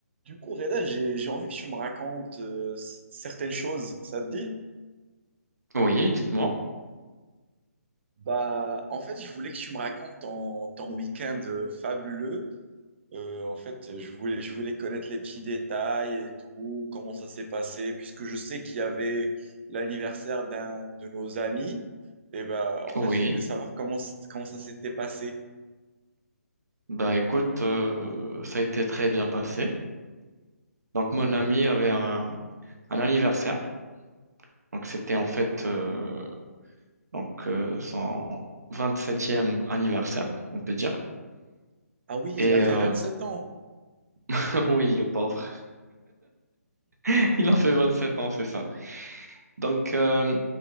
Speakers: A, on the right (about 45°); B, on the right (about 75°).
A: Du coup, Reda, j'ai, j'ai envie que tu me racontes euh, c- certaines choses, ça te dit?
B: Oui, dites-moi.
A: Bah, en fait, je voulais que tu me racontes ton, ton week-end euh, fabuleux. Euh, en fait, je voulais, je voulais connaître les petits détails et tout, comment ça s'est passé, puisque je sais qu'il y avait l'anniversaire d'un de nos amis. Et bah, en
B: Oui.
A: fait, je voulais savoir comment, c- comment ça s'était passé.
B: Bah écoute, euh, ça a été très bien passé. Donc mon
A: Mhm.
B: ami avait un, un anniversaire. Donc c'était en fait euh, donc euh, son vingt-septième anniversaire, on peut dire.
A: Ah oui,
B: Et
A: il a fait
B: euh,
A: vingt-sept ans.
B: <laughs> oui, le pauvre. <laughs> Il en fait 27 ans, c'est ça. Donc euh,